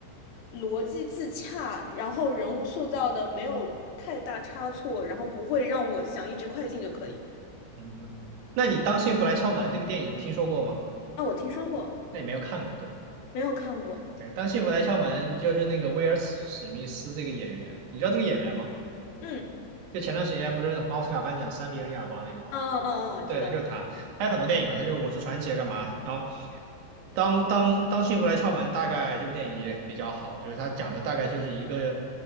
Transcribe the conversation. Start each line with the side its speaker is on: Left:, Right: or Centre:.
Left: 逻辑自洽，然后人物塑造的没有太大差错，然后不会让我想一直快进就可以。
Right: 嗯，那你《当幸福来敲门》这个电影你听说过吗？
Left: 啊，我听说过，
Right: 那你没有看过对吧？
Left: 没有看过。
Right: 对，当幸福来敲门就是那个威尔史史密斯这个演员，你知道这个演员吗？
Left: 嗯，
Right: 就前段时间不是奥斯卡颁奖扇别人一耳光那个吗？
Left: 嗯嗯嗯，我知道。
Right: 对的，就是他，他有很多电影嘛，他就《我是传奇》啊，干嘛？然后当当当幸福来敲门，大概这部电影也比较好，就是他讲的大概就是一个